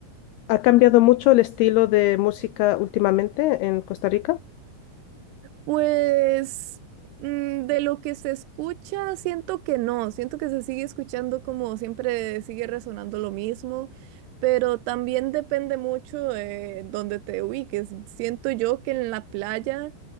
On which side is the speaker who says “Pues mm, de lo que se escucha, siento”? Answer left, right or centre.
Right